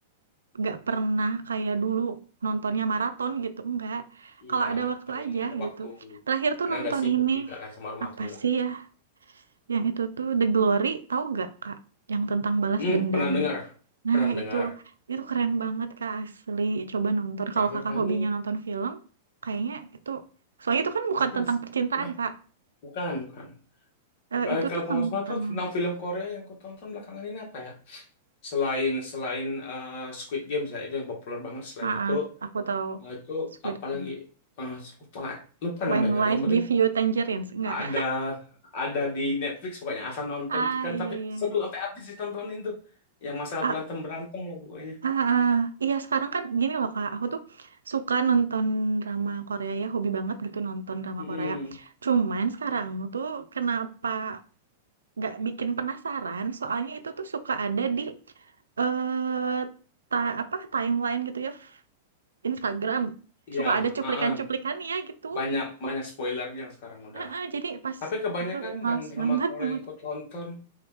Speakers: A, on the right; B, on the left.
A: gak pernah kayak dulu nontonnya maraton gitu enggak
B: Iya,
A: kalau ada waktu
B: paling
A: aja
B: ada
A: gitu
B: waktu.
A: terakhir tuh
B: Karena
A: nonton
B: ada sibuk
A: ini
B: juga kan sama rumah
A: apa
B: tangga.
A: sih ya yang itu tuh The Glory tahu gak Kak yang tentang balas
B: Hmm,
A: dendam
B: pernah dengar.
A: nah
B: Pernah dengar.
A: itu itu keren banget Kak asli coba nonton
B: Terakhir
A: kalau Kakak
B: kali
A: hobinya nonton film kayaknya itu soalnya itu kan bukan
B: ada
A: tentang
B: sih.
A: percintaan
B: Nah,
A: Kak
B: bukan, bukan.
A: Eh,
B: Kali
A: itu
B: kalau
A: tuh tentang
B: nggak salah tuh tentang film Korea yang aku tonton belakangan ini apa ya? Selain selain eh, Squid Games ya, itu yang populer banget. Selain
A: maaf
B: itu,
A: aku tahu
B: nah itu
A: Squid
B: apalagi
A: Game.
B: eh lupa lupa
A: When
B: namanya.
A: life
B: Yang penting
A: give you tangerines, enggak.
B: ada ada di Netflix pokoknya asal nonton
A: Ah,
B: kan
A: iya
B: tapi
A: iya.
B: seru sampai habis ditontonin tuh. Yang masalah
A: Ah,
B: berantem berantem lah pokoknya.
A: ah, ah. ah. Iya, sekarang kan gini loh Kak, aku tuh suka nonton drama Korea ya, hobi banget gitu nonton drama
B: Mm-mm.
A: Korea. Cuman sekarang tuh kenapa nggak bikin penasaran? Soalnya itu tuh suka ada di eh ta apa timeline gitu ya, f- Instagram.
B: Iya,
A: Suka ada cuplikan-cuplikannya
B: ah-ah.
A: gitu.
B: Banyak banyak spoilernya sekarang udah.
A: Ah, ah, jadi pas
B: Tapi kebanyakan
A: males
B: yang drama
A: banget.
B: Korea
A: banget.
B: yang ku tonton,